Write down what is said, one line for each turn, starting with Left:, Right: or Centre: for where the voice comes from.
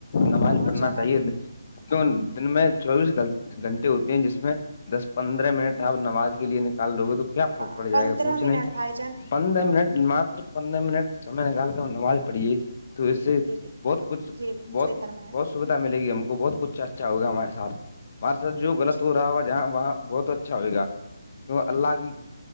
Left: نماز
Right: بہت
Left: پڑھنا
Right: زیادہ
Left: چاہیے تو دن میں چوبیس گھنٹے ہوتے ہیں جس میں دس پندرہ منٹ ہے آپ نماز کے لیے نکال لو گے تو کیا فرق
Right: پندرہ
Left: پڑ جائے گا کچھ
Right: منٹ
Left: نہیں
Right: بھائی جان
Left: پندرہ منٹ م پندرہ منٹ سمے نکال کر نماز پڑی تو اس سے
Right: جی جی
Left: بہت کچھ
Right: جی بالکل
Left: بہت
Right: صحیح فرمایا
Left: بہت سویدھا ملے گی ہم کو بہت کچھ اچھا ہوگا ہمارےاتھ ہمارے سات
Right: بالکل
Left: جو لط ہو رہا ہوگ جہاں بہت اچھا ہوئے گا کی اللہ کی